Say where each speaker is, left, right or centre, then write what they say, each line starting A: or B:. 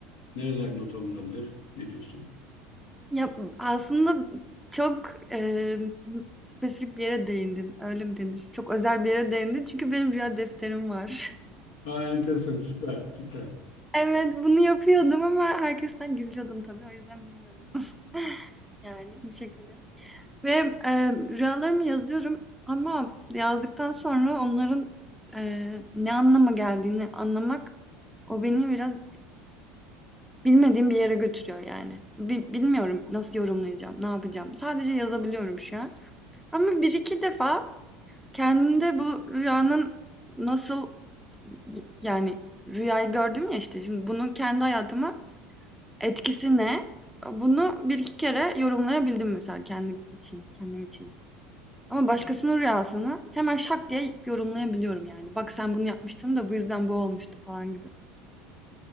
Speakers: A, on the left (about 75°); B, in the centre.
A: nereler not alınabilir? Ne diyorsun?
B: Ya, aslında çok, emm, spesifik bir yere değindin, öyle mi denir? Çok özel bir yere değindin çünkü benim rüya defterim var. <laughs>
A: Aa, enteresan, süper, süper.
B: Evet, bunu yapıyordum ama herkesten gizliyordum tabii, o yüzden bilmiyordunuz. <laughs> Yani bu şekilde ve, emm, rüyalarımı yazıyorum ama yazdıktan sonra onların, eee, ne anlama geldiğini anlamak, o beni biraz Bilmediğim bir yere götürüyor yani. Bi bilmiyorum nasıl yorumlayacağım, ne yapacağım. Sadece yazabiliyorum şu an. Ama bir iki defa kendimde bu rüyanın nasıl yani rüyayı gördüm ya işte şimdi bunun kendi hayatıma etkisi ne? Bunu bir iki kere yorumlayabildim mesela kendim için, kendim için. Ama başkasının rüyasını hemen şak diye yorumlayabiliyorum yani. Bak sen bunu yapmıştın da bu yüzden bu olmuştu falan gibi.